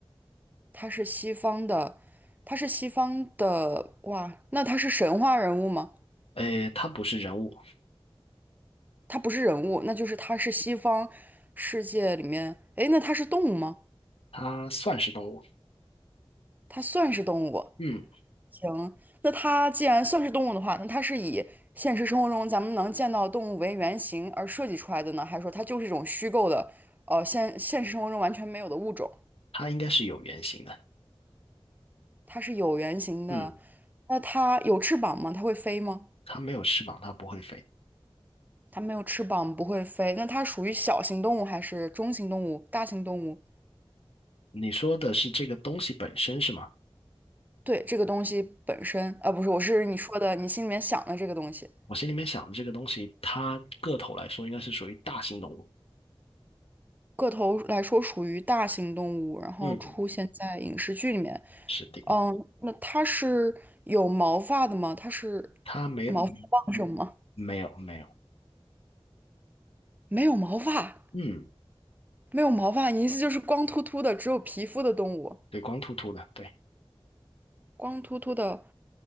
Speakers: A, on the right (about 15°); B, on the left (about 75°).
A: 它是西方的，它是西方的。哇，那它是神话人物吗？
B: 诶，它不是人物，
A: 它不是人物，那就是它是西方世界里面，哎，那它是动物吗？
B: 它算是动物。
A: 它算是动物。
B: 嗯，
A: 行，那它既然算是动物的话，那它是以现实生活中咱们能见到的动物为原型而设计出来的呢，还是说它就是一种虚构的，呃，现现实生活中完全没有的物种？
B: 它应该是有原型的。
A: 它是有原型的。
B: 嗯，
A: 那它有翅膀吗？它会飞吗？
B: 它没有翅膀，它不会飞。
A: 它没有翅膀，不会飞。那它属于小型动物还是中型动物、大型动物？
B: 你说的是这个东西本身是吗？
A: 对，这个东西本身，啊，不是，我是你说的，你心里面想的这个东西，
B: 我心里面想的这个东西，它个头来说应该是属于大型动物。
A: 个头来说属于大型动物，然后出现在影视剧里面。
B: 嗯，是的，
A: 嗯，那它是有毛发的吗？它是
B: 它没嗯
A: 毛发旺盛吗？
B: 没有没有。
A: 没有毛发，
B: 嗯，
A: 没有毛发，你意思就是光秃秃的，只有皮肤的动物，
B: 对，光秃秃的，对，
A: 光秃秃的。